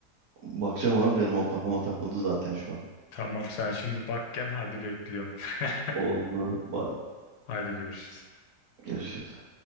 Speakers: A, on the right (about 60°); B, on the left (about 80°).
A: Bakacağım abi benim o kafama takıldı zaten şu an.
B: Tamam sen şimdi bak gel hadi bekliyorum. <laughs>
A: Oldu. Bye.
B: Hadi görüşürüz.
A: Görüşürüz.